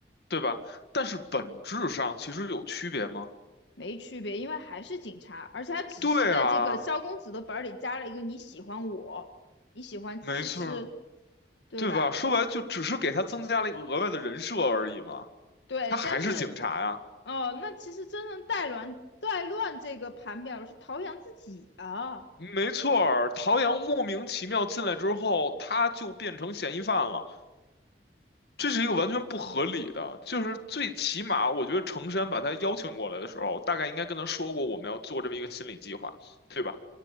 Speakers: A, on the left; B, on the left.
A: 对吧？但是本质上其实有区别吗？
B: 没区别，因为还是警察，而且他只是在这个萧公子的本儿里加了一个你喜欢我，
A: 对啊，
B: 你喜欢诗诗，
A: 没错。
B: 对吧？
A: 对吧？说白了就只是给他增加了一个额外的人设而已嘛，
B: 对，
A: 他还是警察呀。
B: 但是哦，那其实真正带乱带乱这个盘表的是陶阳自己啊，
A: 没错儿，陶阳莫名其妙进来之后，他就变成嫌疑犯了，这是一个完全不合理的。就是最起码，我觉得程山把他邀请过来的时候，大概应该跟他说过我们要做这么一个心理计划，对吧？